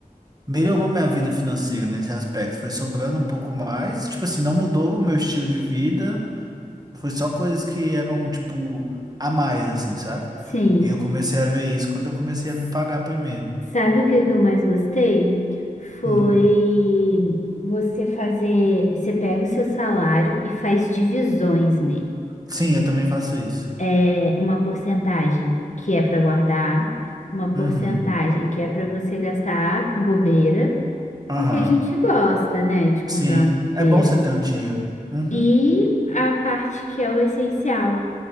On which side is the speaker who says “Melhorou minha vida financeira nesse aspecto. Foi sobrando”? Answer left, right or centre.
Right